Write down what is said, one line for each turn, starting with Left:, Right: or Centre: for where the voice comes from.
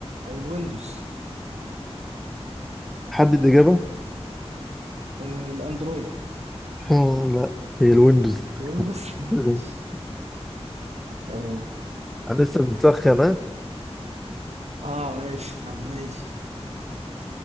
Right: او الويندوز
Centre: حدد إجابة
Right: آه الاندرويد
Centre: <laughs> لا هي الويندوز <laughs>
Right: الويندوز <laughs> ماشي تمام
Centre: انا لسه بنسخن ها
Right: اه ماشي طب ماشي